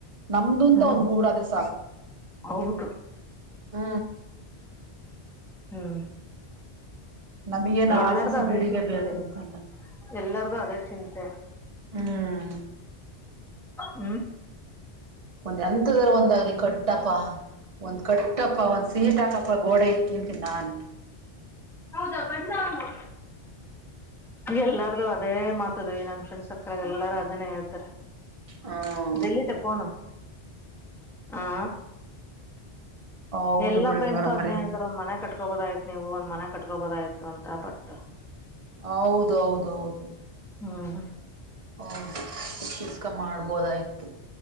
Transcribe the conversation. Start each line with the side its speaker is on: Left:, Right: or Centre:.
Right: ನಮ್ದುಂತ
Centre: ಹ್ಮ್
Right: ಒಂದು್ ಕೂಡಾದರೆ ಸಾ
Centre: ಹೌದು
Right: ಆ
Centre: ಹ್ಮ್
Right: ನಮಗೇನು
Centre: ಎಲ್ಲಾರ್ದು
Right: ಆರ್ ಸಿ ಸಿ
Centre: ಅದೇ
Right: ಬಿಲ್ಡಿಂಗೇ
Centre: ಚಿಂತೆ
Right: ಬೇಕು
Centre: ರೀ
Right: ಅಂತಲ್ಲ
Centre: ಎಲ್ಲಾರ್ದು ಅದೇ ಚಿಂತೆ.
Right: ಹ್ಮ್
Centre: ಹ್ಮ್
Right: ಒಂದ್ ಎಂತದ್ರ ಒಂದಲಿ ಕಟ್ಟಪ ಒಂದ್ ಕಟ್ಟಪ್ಪ ಒಂದ್ ಸೀಟ ಹಾಕಪ್ಪ ಓಡೆಕ್ಕಂತ ನನ್.
Centre: ಹೌದಾ ಬಂದ. ಎಲ್ಲಾರ್ದು ಅದೇ ಮಾತದ ಈ ನನ್ ಫ್ರೆಂಡ್ ಸರ್ಕಲ್ ಆಗ ಎಲ್ಲಾರು ಅದನ್ನೇ ಹೇಳ್ತಾರೆ
Right: ಹ್ಮ
Centre: ಲ್ಲಿಟ ಪನ ಹ
Right: ಹೌದು
Centre: ಎಲ್ಲ
Right: ಬಿಡು
Centre: ಫ್ರೆಂಡ್ಸ್
Right: ಮೇಡಮ್ರೇ
Centre: ಅದ್ನೇ ಇದ್ರ ಒಂದ ಮನೆ ಕಟ್ಕೋಬಹದ ಆ್ತ್ ನೀವು ಒಂದ್ ಮನೆ ಕಟ್ಕೋಬೋದಾಯ್ತು ಅಂತ ಬಟ್.
Right: ಹೌದೌದೌದು
Centre: ಹಾ
Right: ಹೌದು ಚಿಸ್ಕ ಮಾಡ್ಬೋದಾಯ್ತು